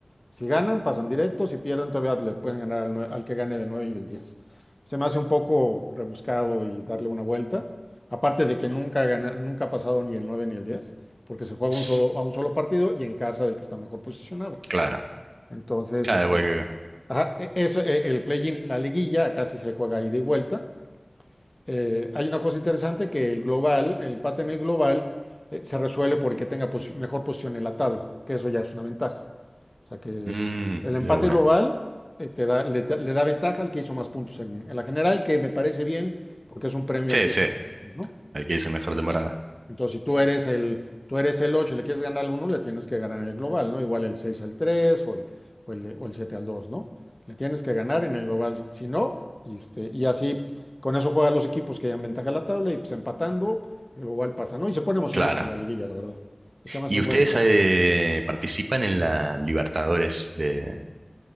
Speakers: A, on the left; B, on the right.
A: Si ganan, pasan directos. Si pierden, todavía le pueden ganar al, nue- al que gane del 9 y el 10. Se me hace un poco rebuscado y darle una vuelta. Aparte de que nunca, gana- nunca ha pasado ni el 9 ni el 10, porque se juega
B: Tss,
A: un solo- a un solo partido y en casa del que está mejor posicionado.
B: Clara.
A: Entonces,
B: Claro,
A: este,
B: igual que acá.
A: ajá, e- eso, e- el play-in, la liguilla, acá casi se juega ida y vuelta. Eh, hay una cosa interesante que el global, el empate en el global, eh, se resuelve por el que tenga posi- mejor posición en la tabla, que eso ya es una ventaja. O sea que
B: Mm,
A: el empate
B: de una.
A: global eh, te da, le, da le da ventaja al que hizo más puntos en, en la general, que me parece bien porque es un premio
B: Sí,
A: al que
B: sí.
A: hizo más puntos, ¿no?
B: al que hizo la mejor temporada.
A: Entonces, si tú eres el, tú eres el 8 y le quieres ganar al uno le tienes que ganar el global, ¿no? Igual el 6 al 3 o el, o el, o el 7 al dos ¿no? Le tienes que ganar en el global, si no, y, este, y así con eso juegan los equipos que dan ventaja a la tabla y pues empatando, el global pasa, ¿no? Y se pone emocionante
B: Claro.
A: la liguilla, la verdad. Se llama
B: ¿Y
A: un
B: ustedes
A: buen sistema.
B: eh, participan en la Libertadores de,